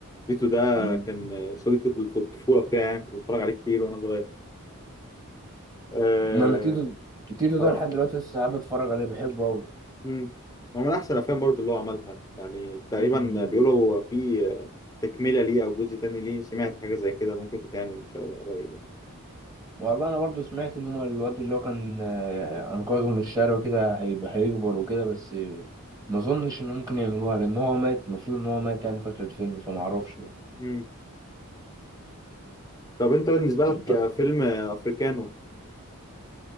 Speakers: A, on the left; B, on the right.
A: تيتو ده
B: مم.
A: كان صديقي في الطفولة بتاعي يعني كنت بتفرج عليه كتير وأنا صغير أه
B: انما تيتو تيتو
A: آه.
B: ده لحد دلوقتي لسه قاعد بتفرج عليه بحبه قوي
A: مم. هو من احسن الافلام برضه اللي هو عملها يعني تقريبا
B: مم.
A: بيقولوا هو في تكمله ليه او جزء تاني ليه سمعت حاجه زي كده ممكن تتعمل ان شاء الله قريب يعني.
B: والله انا برضو سمعت ان هو الواد اللي هو كان آه، انقذه من الشارع وكده هيبقى هيكبر وكده بس آه، ما اظنش ان ممكن يعملوها لان هو مات المفروض ان هو مات يعني فترة الفيلم فما اعرفش بقى.
A: مم. طب انت بالنسبه لك
B: انت-
A: فيلم افريكانو